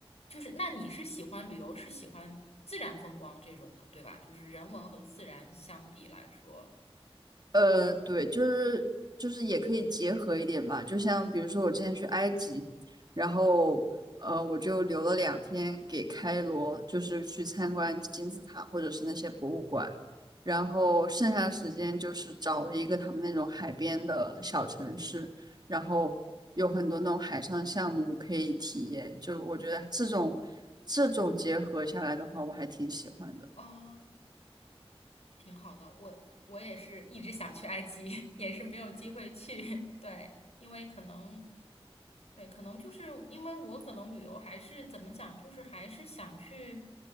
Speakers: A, on the left; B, on the right.
A: 就是那你是喜欢旅游，是喜欢自然风光这种的，对吧？就是人文和自然相比来说，
B: 呃，对，就是就是也可以结合一点吧，就像比如说我之前去埃及，然后呃我就留了两天给开罗，就是去参观金字塔或者是那些博物馆，然后剩下的时间就是找了一个他们那种海边的小城市，然后有很多那种海上项目可以体验，就我觉得这种这种结合下来的话，我还挺喜欢的。
A: 哦，挺好的。我我也是一直想去埃及，<laughs> 也是没有机会去。<laughs> 对。因为可能，对，可能就是因为我可能旅游还是怎么讲，就是还是想去，